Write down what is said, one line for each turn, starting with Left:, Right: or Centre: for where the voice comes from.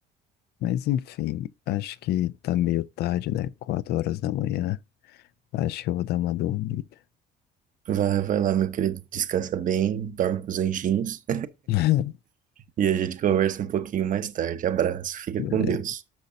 Left: Mas enfim, acho que tá meio tarde, né? Quatro horas da manhã. Acho que eu vou dar uma dormida.
Right: Vai, vai lá, meu querido, descansa bem, dorme com os anjinhos.
Left: <laughs>
Right: E a gente conversa um pouquinho mais tarde. Abraço, fica
Left: Beleza.
Right: com Deus.